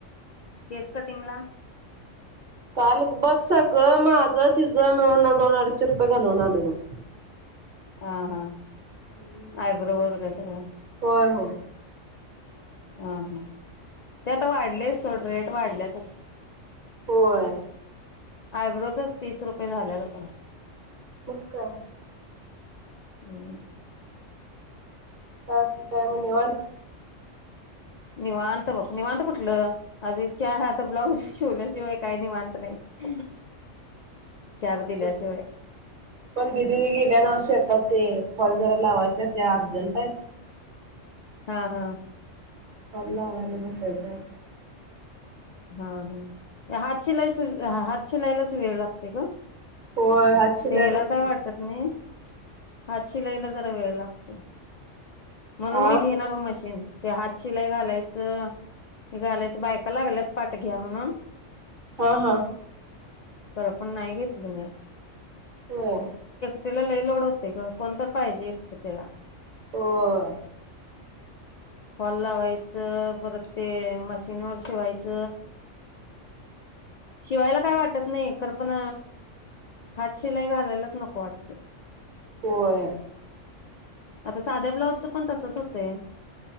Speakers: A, on the left (about 80°); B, on the right (about 45°).
A: केस कटींगला.
B: काल बघ सगळं माझं तिझं मिळून दोन अडीचशे रुपये घालवून आलोय बघ.
A: हा हा
B: हम्म
A: आयब्रो वगैरे सगळं.
B: होय होय.
A: हा हा ते आता वाढलेच सोड रेट वाढल्यातच
B: होय.
A: आयब्रोचच तीस रुपये झाल्यात आता.
B: मकाय्.
A: हम्.
B: बाकी काय म निवांत.
A: निवांत बघ निवांत कुठलं अज च हता ब्लाऊज शिवल्याशिवाय काही निवांत नाही. चार
B: हम् आमचं
A: दिल्याशिवाय
B: पण दिदवी गेल्या नव शेतात ते कॉल जरा लावायचा त्या अर्जंट आहेत.
A: हा हा
B: कॉल लावायला बसायचं‌ आता.
A: हा हा हात शिलायच हात शिलायलाच वेळलागतोय‌ ग
B: होय हात शिलायलाच
A: ते हेला काय
B: की.
A: वाटत नाही. हात शिलाईला जरा वेळ लागतेय. म्हणून
B: आ
A: मी घेईना बग मशीन. ते हात शिलाई घालायचं घालायचं बायका लागल्यात पाट घ्या म्हणुन
B: हा हा
A: खरं पण नाही घेतलं मी
B: होय.
A: त्याला लई लोड होते ग कोण तर पाहिजे एकट तिला.
B: होय.
A: फॉल लावायचं परत ते मशीन वर शिवाय च शिवायला काय वा वाटत नाही खर पण हात शिलाई घालायलाच नको वाटते.
B: होय.
A: आता साध्या ब्लाउ पण तसच होतय.